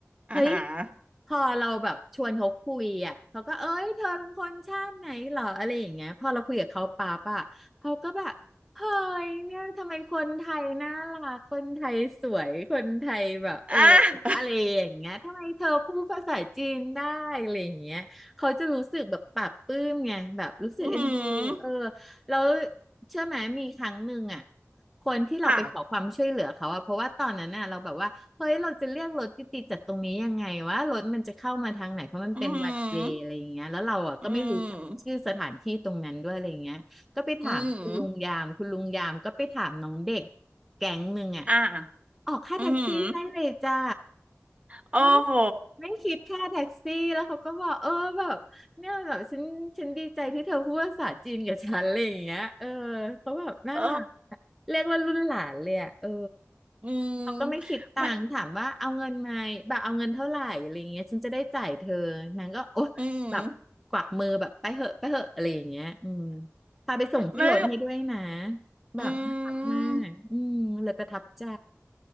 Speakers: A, on the right (about 25°); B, in the centre.
A: อ่าฮะ
B: เฮ้ยพอเราแบบชวนเขาคุยอ่ะเขาก็เอ้ยเธอเป็นคนชาติไหนเหรออะไรอย่างเงี้ยพอเราคุยกับเขาปั๊บอ่ะเขาก็แบบเฮ้ยเนี่ยทำไมคนไทยน่ารักคนไทยสวยคนไทยแบบเออ
A: อ่ะ
B: อะไรอย่างเงี้ยทำไมเธอพูดภาษาจีนได้อะไรอย่างเงี้ยเขาจะรู้สึกแบบปลาบปลื้มไงแบบรู้สึกเอ็นดูเออ
A: อืม
B: แล้วเชื่อไหมมีครั้งหนึ่งอ่ะ คนที่เราไปขอความช่วยเหลือเขาอะเพราะว่าตอนนั้นน่ะเราแบบว่าเฮ้ยเราจะเรียกรถติดๆจากตรงนี้ยังไงว่ารถมันจะเข้ามาทางไหนเพราะมันเป็นวันเวย์อะไรอย่างเงี้ยแล้วเราอะก็ไม่รู้จักชื่อสถานที่ตรงนั้นด้วยอะไรอย่างเงี้ยก็ไปถามคุณลุงยามคุณลุงยามก็ไปถามน้องเด็ก
A: ค่ะอืมอืมอืม
B: แก๊งหนึ่งอะ
A: อ่า
B: ออกค่าแท็กซี่ให้เลยจ้า
A: อืมโอ้โห
B: ไม่ไม่คิดค่าแท็กซี่แล้วเขาก็บอกเออแบบเนี่ยแบบฉันฉันดีใจที่เธอพูดภาษาจีนกับฉันอะไรอย่างเงี้ยเออเขาแบบน่ารัก
A: เออ
B: เรียกว่ารุ่นหลานเลยอ่ะเออ
A: อืม
B: เขาก็ไม่คิดตังค์ถามว่าเอาเงินไหมาแบบเอาเงินเท่าไหร่อะไรเงี้ยฉันจะได้จ่ายเธอนางก็โอ๊ะแบบกวักมือแบบไปเหอะไปเหอะอะไรอย่างเงี้ยอืม
A: ไม่อืม
B: พาไปส่งที่รถให้ด้วยนะ
A: ไม่
B: แบบน่ารักมากอืมเลยประทับใจ
A: อืม